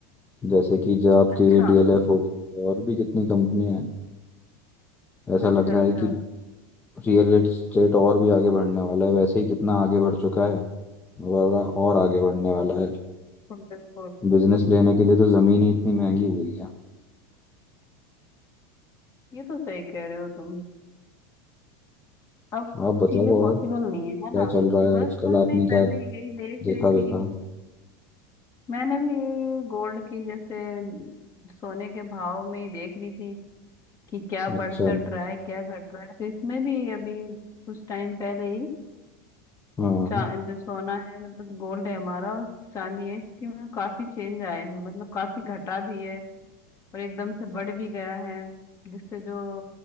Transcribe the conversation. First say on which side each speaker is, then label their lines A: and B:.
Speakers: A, on the left (about 15°); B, on the left (about 35°).
A: जैसे कि जो आपके
B: अच्छा
A: डीएलएफ हो गए और भी कितनी कंपनियां हैं ऐसा
B: अच्छा
A: लग
B: अच्छा
A: रहा है कि रियल एस्टेट और भी आगे बढ़ने वाला है वैसे ही कितना आगे बढ़ चुका है और और आगे बढ़ने वाला है
B: बिल्कुल बिल्कुल
A: बिजनेस लेने के लिए तो जमीन ही इतनी महंगी हुई है
B: ये तो सही कह रहे हो तुम अब
A: आप बताओ
B: चीजें
A: और
B: पॉसिबल नहीं है
A: क्या
B: है ना
A: चल रहा है
B: बस
A: आजकल
B: कुछ
A: आपने
B: नहीं मैं
A: क्या
B: भी यही देख
A: देखा
B: रही थी
A: वेखा
B: मैंने भी ये गोल्ड की जैसे सोने के भाव में ही देख रही थी कि क्या बढ़
A: अच्छा
B: चढ़ रहा है क्या घट रहा है तो इसमें भी अभी कुछ टाइम पहले ही
A: हाँ
B: चा- जो सोना है मतलब गोल्ड है हमारा और चांदी है इसके में काफी चेंज आए हैं मतलब काफी घटा भी है और एकदम से बढ़ भी गया है जिससे जो